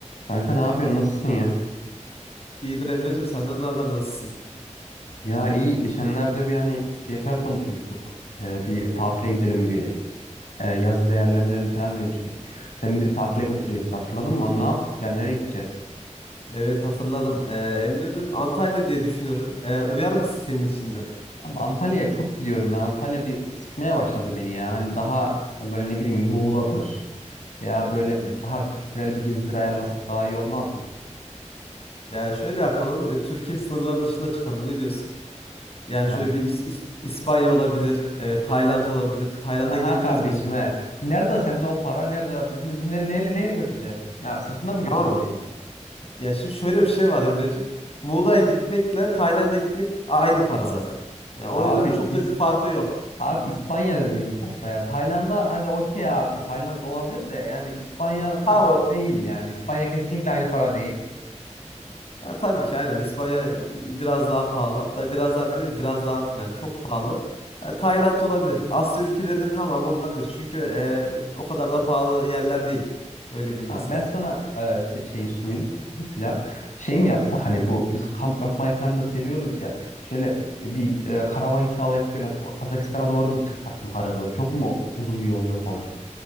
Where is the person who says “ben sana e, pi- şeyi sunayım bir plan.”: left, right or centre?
Left